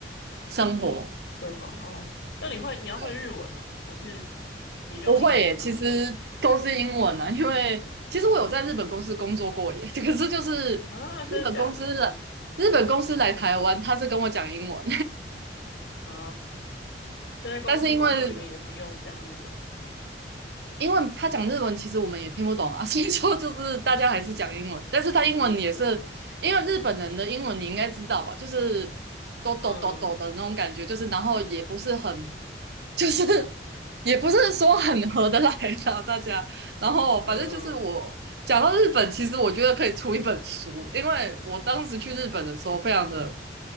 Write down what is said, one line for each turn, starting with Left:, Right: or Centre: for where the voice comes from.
Right: 生活。
Left: 对话哦。那你会，你要会日文哦，
Right: 对
Left: 还是你用英文跟他们讲？
Right: 不会耶，其实都是英文啊，因为其实我有在日本公司工作过耶，<laughs> 可是就是日本公司来，
Left: 啊，真的假的？嗯
Right: 日本公司来台湾，他是跟我讲英文，
Left: 啊。
Right: <laughs>
Left: 所以在公司工作里面也不用讲日文。
Right: 但是因为因为他讲日文，其实我们也听不懂啊，<laughs> 所以说就是大家还是讲英文，但是他英文也是，
Left: 是是啊，
Right: 因为日本人的英文你应该知道吧，就是哆哆哆哆的那种感觉，
Left: 嗯
Right: 就是然后也不是很就是也不是说很合得来的大家。
Left: 嗯
Right: 然后反正就是我讲到日本，
Left: 嗯，
Right: 其实我觉得可以出一本书，因为我当时去日本的时候非常的